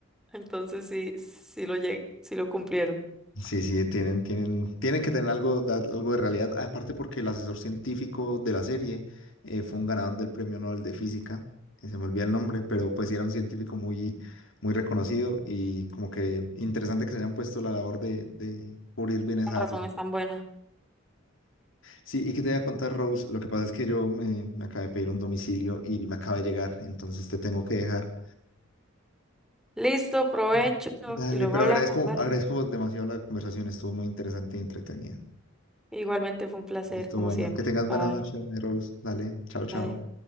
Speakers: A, in the centre; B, on the left (about 70°).
A: Entonces sí, sí lo llegué, sí lo cumplieron.
B: Sí, sí, tienen, tienen, tienen que tener algo, de- algo de realidad, aparte porque el asesor científico de la serie eh, fue un ganador del premio Nobel de Física, que se me olvida el nombre, pero pues sí era un científico muy, muy reconocido y como que interesante que se hayan puesto la labor de, de cubrir bienes
A: Con
B: a
A: razón
B: Ari.
A: es tan buena.
B: Sí, y que te voy a contar, Rose, lo que pasa es que yo me, me acabé de pedir un domicilio y me acaba de llegar, entonces te tengo que dejar.
A: Listo, provecho
B: Mm. Dale,
A: y luego
B: pero
A: hablamos,
B: agradezco,
A: vale.
B: agradezco demasiado la conversación, estuvo muy interesante y entretenida.
A: Igualmente fue un placer,
B: Listo,
A: como
B: bueno,
A: siempre.
B: que tengas buena
A: Bye,
B: noche, Rose. Dale, chao, chao.
A: bye.